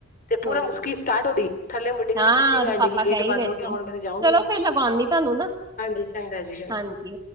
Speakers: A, on the left; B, on the right.
A: ਤੇ
B: ਹਮ
A: ਪੂਰੇ ਮੁਸਕੀ ਸਟਾਰਟ ਹੋਗੀ। ਥੱਲੇ ਮੁੰਡੇ ਕਰਕੇ
B: ਹਾਂ
A: ਹਸੀ
B: ਉਹਦੇ
A: ਜਾਣ
B: ਪਾਪਾ
A: ਡਗੀ
B: ਕਹਿ
A: ਗੇਟ
B: ਹੀ
A: ਬੰਦ
B: ਰਹੇ
A: ਹੋ
B: ਸੀ
A: ਗਿਆ। ਹੁਣ ਮੈਂ ਤੇ ਜਾਊਂਗੀ
B: ਚਲੋ ਫੇਰ ਲਗਾਉਂਦੀ ਤੁਹਾਨੂੰ ਨਾ
A: ਹਾਂਜੀ। ਚੰਗਾ ਜੀ ਚੰਗਾ
B: ਹਾਂਜੀ
A: ਐ।